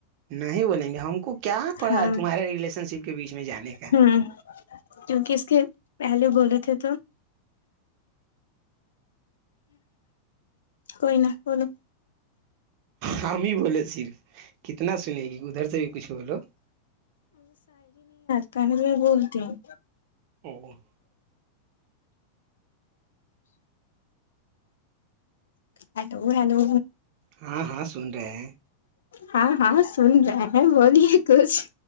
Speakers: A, on the right; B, on the left.
A: نہیں بولیں گے ہم کو کیا پڑھا
B: ہ
A: تمہارے ریلیشن شپ کے بیچ میں جانے کا
B: ہوں کیونکہ اس کے پہلو بولے تھے تو کوئی ن بولو
A: ہمیں بس ص کتنا سنے گی ادھر سے بھی کچھ بولو
B: کہ نے ت میں بولتی ہوں
A: او
B: ہیلو ہیلو
A: ہاں ہاں سن رہے ہیں
B: ہاں ہاں سن رہئے ہیں بولیے کچھ